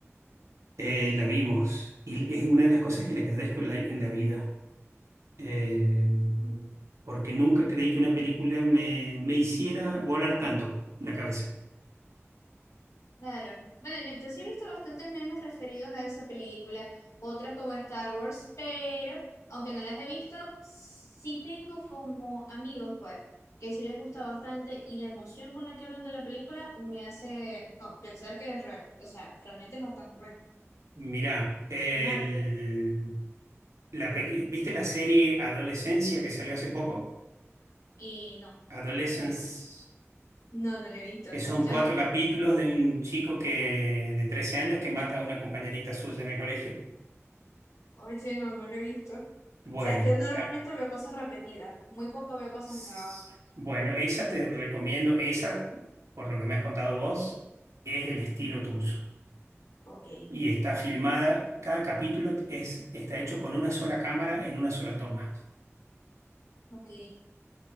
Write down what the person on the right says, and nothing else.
Eh, y la vimos. Y es una de las cosas que le agradezco en la, en la vida. Eh, porque nunca creí que una película me, me hiciera volar tanto la cabeza.
Mirá, el-
la peli- ¿viste la serie Adolescencia que salió hace poco?
Adolescence.
que son
cuatro capítulos de un chico que, de 13 años que mata a una compañerita suya en el colegio.
Bueno,
ah,
s-
bueno, esa te recomiendo, esa, por lo que me has contado vos, es el
estilo tuyo.
Y está filmada, cada capítulo es, está hecho con una sola cámara en una sola toma.